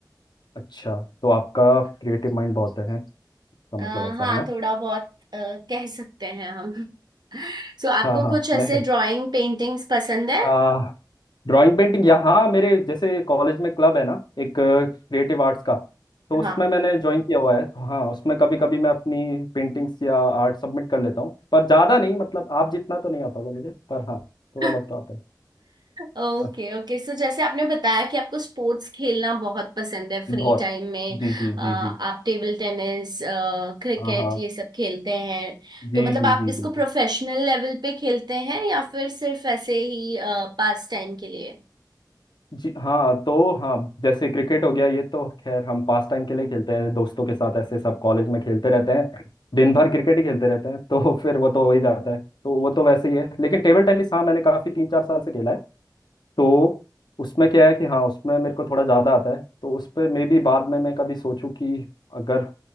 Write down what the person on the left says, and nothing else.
अच्छा तो आपका क्रिएटिव माइंड बहुत है इसका मतलब
ऐसा है ना
हाँ हाँ
मैं
आ, ड्राइंग पेंटिंग यहाँ मेरे जैसे कॉलेज में क्लब है ना एक क्रिएटिव आर्ट्स का तो उसमें
मैंने ज्वाइन किया हुआ है तो हाँ उसमें कभी कभी मैं अपनी पेंटिंग्स या आर्ट सबमिट कर लेता हूँ पर ज़्यादा नहीं मतलब आप जितना तो नहीं आता होगा मुझे पर हाँ
थोड़ा बहुत तो आता है
अ,
बहुत
जी जी
जी
जी
हाँ हाँ
जी
जी
जी
बिल्कुल
जी हाँ तो हाँ जैसे क्रिकेट हो गया ये तो खैर हम पास टाइम के लिए खेलते हैं दोस्तों के साथ ऐसे सब कॉलेज में खेलते रहते हैं दिन भर क्रिकेट ही खेलते रहते हैं <laughs> तो फिर वो तो हो ही जाता है तो वो तो वैसे ही है लेकिन टेबल टेनिस हाँ मैंने काफ़ी तीन चार साल से खेला है तो उसमें क्या है कि हाँ उसमें मेरे को थोड़ा ज़्यादा आता है तो उस पर मे बी बाद में मैं कभी सोचूं कि अगर